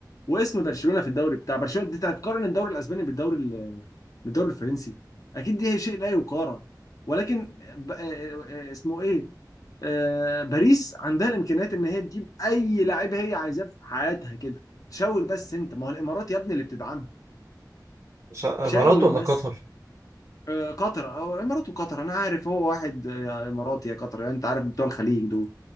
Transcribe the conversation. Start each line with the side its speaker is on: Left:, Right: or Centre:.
Left: واسم برشلونه في الدوري بتاع برشلونه انت هتقارن الدوري الاسباني بالدوري ال- بالدوري الفرنسي اكيد دي هي شيء لا يقارن ولكن ب... آه، آه، آه، اسمه ايه آه، باريس عندها الامكانيات ان هي تجيب اي لعيب هي عايزاه في حياتها كده شاور بس انت ما هو الامارات يا ابني اللي بتدعمها
Right: مش- امارات
Left: شاور
Right: ولا
Left: بس
Right: قطر
Left: آه، قطر او الامارات وقطر انا عارف هو واحد آه، اماراتي يا قطر يعني انت عارف بتوع الخليج دول